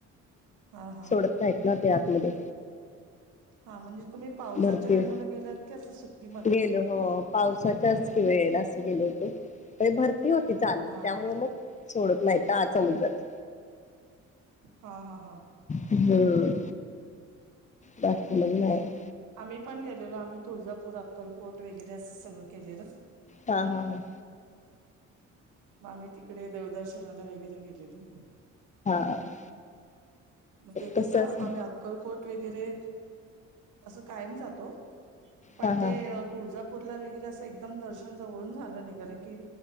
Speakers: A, on the right; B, on the left.
A: हा हा....
B: करतायत ते आतमध्ये....
A: हा म्हणजे तुम्ही.... पावसाच्या
B: भरतीये
A: टायमाला गेलात की असं सुट्टीमध्ये
B: गेलो हो पावसाच्याच वेळेला असं गेलो होतो... भरती होती चालू
A: हा
B: त्यामुळे
A: हा
B: मग सोडत नाही ना आत समुद्रात......
A: हा हा हा...
B: हम्.... बाकी मग नाही
A: आम्ही पण गेलेलो आम्ही तुळजापूर अक्कलकोट वगैरे असं सगळं केलेलं
B: हा हा हा
A: मग आम्ही तिकडे देवदर्शनाला वगैरे गेलेलो
B: हा
A: मग ते
B: कसं
A: कस आम्ही
B: असं
A: अक्कलकोट वगैरे अस कायम जातो पण
B: हा हा
A: ते तुळजा पुरला वगैरे असं एकदम दर्शन जवळून झालं नाही कारण की